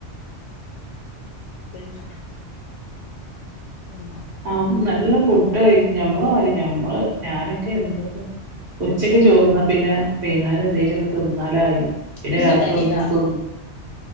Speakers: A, on the left; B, on the right.
A: പിന് മ്
B: ആ‌ നല്ല ഫുഡ് കഴിക്കും, ഞമ്മള് മതി ഞമ്മള് ഞാനൊക്കെ എന്തൊക്കെ ഉച്ചക്ക് ചോറുന്നാ പിന്നെ വൈന്നേരം എന്തേലൊക്കെ തിന്നാലായി. പിന്നെ
A: ഉം
B: രാത്രി
A: തടിണ്ടാ
B: ഒന്നും തിന്